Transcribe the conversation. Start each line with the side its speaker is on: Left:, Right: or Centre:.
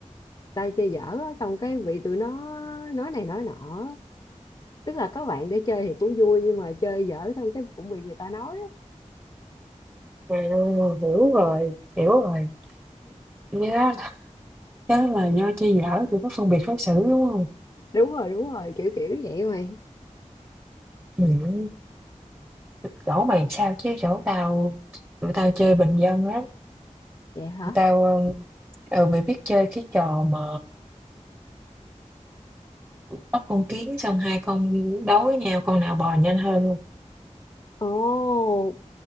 Left: tao chơi dở á xong cái bị tụi nó nói này nói nọ tức là có bạn để chơi thì cũng vui nhưng mà chơi dở xong cái cũng bị người ta nói á.
Right: À, hiểu rồi, hiểu rồi. Nhớ là, nhớ là do chơi dở tụi nó phân biệt đối xử đúng không?
Left: đúng rồi đúng rồi kiểu kiểu vậy mày
Right: Ừ. Chỗ mày sao chứ chỗ tao... Tụi tao chơi bình dân lắm.
Left: vậy hả
Right: Tụi tao Ừ, mày biết chơi cái trò mà bắt con kiến xong hai con đấu với nhau con nào bò nhanh hơn hông?
Left: ồ